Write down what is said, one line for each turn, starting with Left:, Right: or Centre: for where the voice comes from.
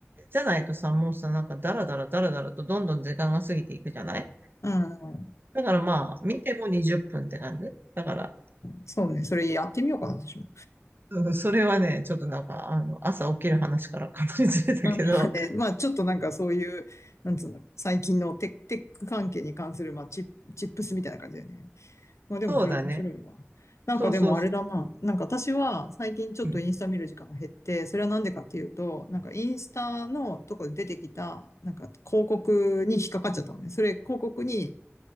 Right: じゃないとさ、もうさ、なんかダラダラダラダラとどんどん時間が過ぎていくじゃない
Left: うんうん。
Right: だからまあ、見ても20分っぷんって感じ。だから、
Left: そうね。それやってみようかな、私も。
Right: うんそれはね、ちょっとなんか、あの、朝起きる話からかなりずれたけど、
Left: <laughs> ね、まあ、ちょっとなんかそういう、なんつうんだろう、最近のテック、テック関係に関する、まあ、チップ、チップスみたいな感じだよね。まあでもそれ面白いわ。
Right: そうだね。
Left: なんかでもあれだな。
Right: そうそうそう。
Left: なんか私は最近ちょっとインスタ見る時間が減って、
Right: うん。
Left: それはなんでかっていうと、なんかインスタのとこで出てきた、なんか広告に引っかかっちゃったのね。それ広告に引